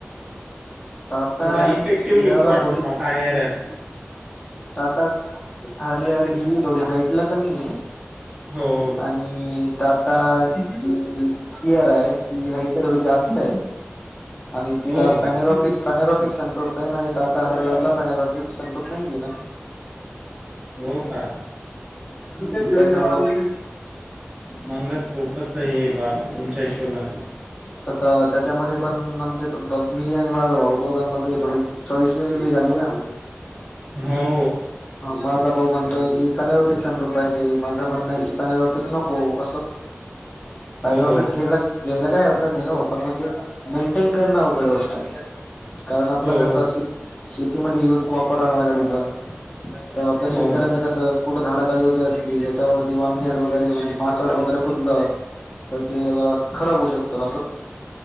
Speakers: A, on the left; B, on the right.
A: टाटा
B: थोडा इफेक्टिव्ह
A: सियारा
B: लुक वाटतो
A: थोडी
B: टाटा हर्यात.
A: टाटा अरे अरे ही थोडी हाईट ला कमी आहे.
B: हो.
A: आणि टाटा जी सी आर आहे ती हाट तर थोडी जास्त आहेआणि तिला
B: हो, हो,
A: पॅनेरॉप पॅरोपिक संमटूक ना आणि टाटा हरियारला पॅरोपिक संमटूक नाहीये ना.
B: हो का?
A: त्याच्यामुळं
B: मंगच खूपच हे बाब तुमच्या हिशोबान.
A: तर त्याच्यामध्ये पण म्हणजे मी आणि माझा भाऊ दोघांमध्ये थोडे चॉईस वेगवेगळी झाली ना.
B: हो
A: माझा भाऊ म्हणतोय की पॅनरॉपिक समरू पाहिजे. माझं म्हणणं आहे की पॅनॉपिक नको असं
B: <inaudible>
A: पेनॉरपिक
B: हो
A: घ्यायला घ्यायला काही अडचण नाही. ऑफर मध्येच मेंटेन कर ना उघड गोष्ट. कारण आपलं
B: हो
A: कसं अस शेती शेतीमध्ये य वापरणार गाडीचा. तर आपल्या
B: हो
A: शेतकऱ्यांच
B: हो
A: कसं कुठं झाडाखाली उभी असली त्याच्यावरती वानहेर वगैरे म्हणजे माकड वगैरे कुदलं. तेला खराब होऊ शकतं असं.